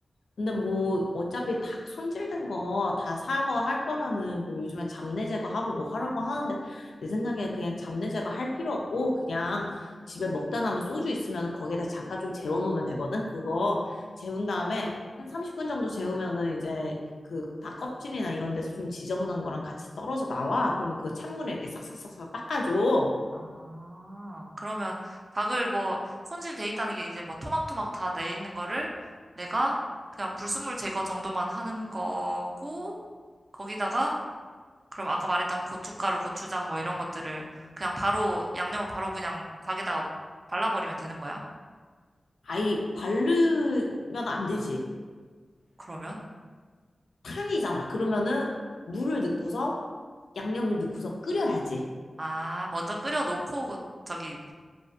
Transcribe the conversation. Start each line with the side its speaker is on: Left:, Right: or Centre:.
Left: 근데 뭐 어차피 닭 손질된 거 다 사고 할 거면은 뭐 요즘에 잡내 제거하고 뭐 하라고 하는데 내 생각에 그냥 잡내 제거할 필요 없고 그냥 집에 먹다 남은 소주 있으면 거기에다 잠깐 좀 재워놓으면 되거든. 그거 재운 다음에 한 30분 정도 재우면은 이제 그 닭 껍질이나 이런 데서 좀 지저분한 거랑 같이 떨어져 나와. 그러면 그 찬물에 이렇게 싹싹싹싹 닦아줘.
Right: 아, 그러면 닭을 뭐 손질돼 있다는 게 이제 뭐 토막토막 다 내 있는 거를 내가 그냥 불순물 제거 정도만 하는 거고 거기다가 그럼 아까 말했던 고춧가루, 고추장 뭐 이런 것들을 그냥 바로 양념을 바로 그냥 닭에다가 발라버리면 되는 거야?
Left: 아이 바르면 안 되지.
Right: 그러면?
Left: 탕이잖아. 그러면은 물을 넣고서 양념을 넣고서 끓여야지.
Right: 아, 먼저 끓여 놓고 저기